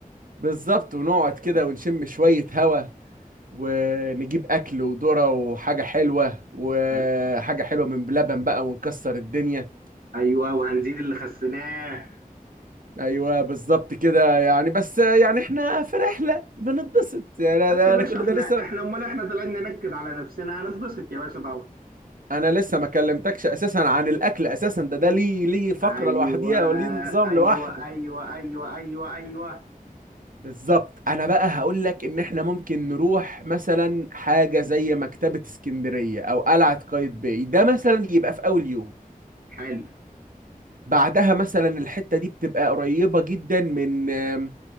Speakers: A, on the right (about 65°); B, on the right (about 80°).
A: بالظبط ونقعد كده ونشم شوية هوا ونجيب أكل وذرة وحاجة حلوة وحاجة
B: قال،
A: حلوة من بلبن بقى ونكسر الدنيا
B: ايوه وهنزيد اللي خسيناه
A: أيوة بالظبط كده يعني بس يعني إحنا في رحلة بنتبسط يعني
B: اه
A: أنا
B: يا باشا
A: أنا كل
B: احنا
A: ده لسه
B: احنا امال احنا طالعين ننكد على نفسنا هنتبسط يا باشا طبعا
A: انا لسه ما كلمتكش اساسا عن الاكل اساسا ده ده ليه ليه فقره
B: ايوه
A: لوحديها وليه نظام
B: ايوه
A: لوحده
B: ايوه ايوه ايوه ايوه
A: بالظبط انا بقى هقول لك ان احنا ممكن نروح مثلا حاجه زي مكتبه اسكندريه او قلعه قايتباي ده مثلا يبقى في اول يوم
B: حلو
A: بعدها مثلا الحته دي بتبقى قريبه جدا من آم،